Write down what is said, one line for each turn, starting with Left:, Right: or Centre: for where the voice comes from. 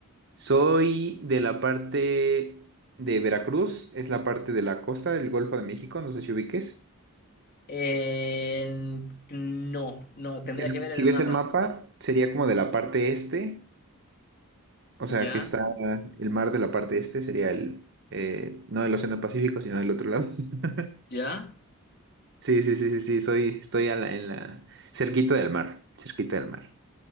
Right: Soy de la parte de Veracruz, es la parte de la costa del Golfo de México, no sé si ubiques.
Left: En- no, no, tendría
Right: Que es-
Left: que ver el
Right: si ves
Left: mapa.
Right: el mapa, sería como de la parte este. O
Left: ¿Ya?
Right: sea, que está el mar de la parte este, sería el, eh, no del Océano Pacífico, sino del otro lado. <laughs>
Left: ¿Ya?
Right: Sí, sí, sí, sí, sí, soy, estoy a la- en la, cerquita del mar, cerquita del mar.